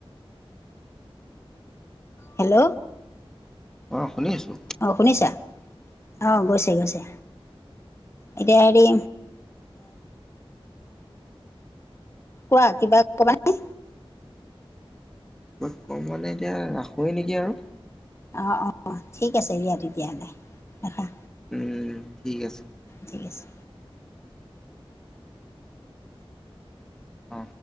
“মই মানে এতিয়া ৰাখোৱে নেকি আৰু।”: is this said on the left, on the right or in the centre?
Centre